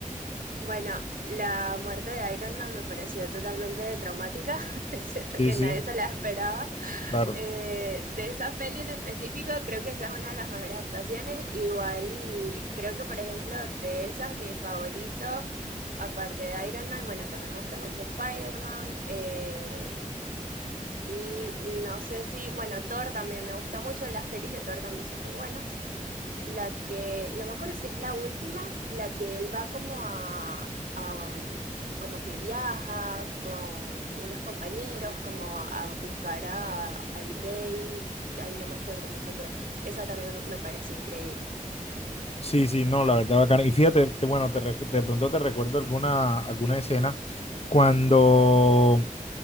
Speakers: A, on the right; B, on the left.
A: bueno, la muerte de Iron Man me pareció totalmente traumática. <laughs> Siento
B: Sí,
A: que
B: sí,
A: nadie se la esperaba.
B: claro.
A: Eh, de esa peli en específico, creo que esa es una de las mejores actuaciones. Igual, creo que, por ejemplo, de esas, mi favorito, aparte de Iron Man, bueno, también me gusta mucho Spider-Man. eh, y no sé si, bueno, Thor también me gusta mucho, las pelis de Thor también son muy buenas. La que, no me acuerdo si es la última, la que él va como a, a, um, como que viaja con unos compañeros, como a buscar a- al rey, ahí no me acuerdo mucho, pero esa también me pareció increíble.
B: Sí, sí, no, la verdad bacana. Y fíjate, te- bueno, te, recu- de pronto te recuerdo alguna, alguna escena cuando...